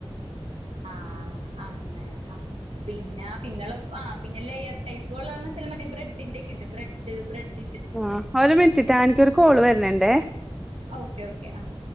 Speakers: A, on the right (about 85°); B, in the centre.
A: ആഹ് അങ്ങനെ ആഹ് പിന്നെ പിന്നെള്ളം ആഹ് പിന്നെ ലെയർടൈപ്പോള്ളാന്നച്ചാ മറ്റെ ബ്രെഡിന്റെക്കെ ബ്രെഡ് ബ്രെഡ്
B: ആഹ് ഒരു മിൻറ്റ്ട്ടാ ഇൻക്ക്യൊരു കോള് വരണ് ണ്ടേ.
A: ഓക്കെ ഓക്കെ ആഹ്